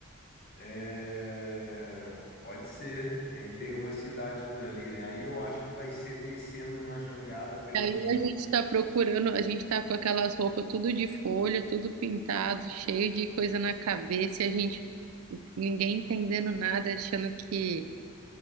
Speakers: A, on the left; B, on the right.
A: É, Pode ser, tem, tem umas cidades por ali, né? Aí eu acho que vai ser descendo numa jangada pelo
B: E aí
A: rio.
B: a gente está procurando, a gente está com aquelas roupas tudo de folha, tudo pintado, cheio de coisa na cabeça, e a gente, ninguém entendendo nada, achando que